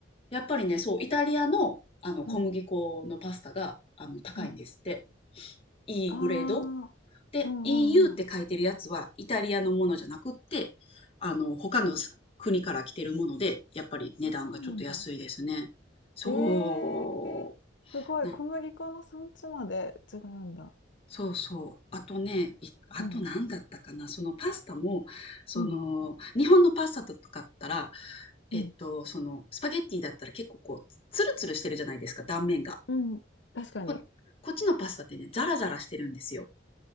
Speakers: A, on the left; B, on the left.
A: やっぱりね、そう、イタリアのあの小麦粉のパスタがあの高いんですって。
B: うん、うん。
A: いいグレード。
B: ああ、
A: で、
B: うんうんうん。
A: EU って書いてるやつはイタリアのものじゃなくって、
B: うん
A: あの、他の国から来てるもので、やっぱり値段がちょっと安いですね。
B: あ、そうなんだ。
A: そ
B: ええー、すごい。
A: う。な
B: 小麦粉の産地まで違うんだ。
A: そうそう。あとね、いあと何だったかな、
B: うん、
A: そのパスタも、その、
B: うん、
A: 日本のパスタとかだったら、えっと、
B: うん、
A: その、スパゲッティだったら結構こう、ツルツルしてるじゃないですか、断面が。
B: うん。確かに。
A: こ、こっちのパスタってね、ザラザラしてるんですよ。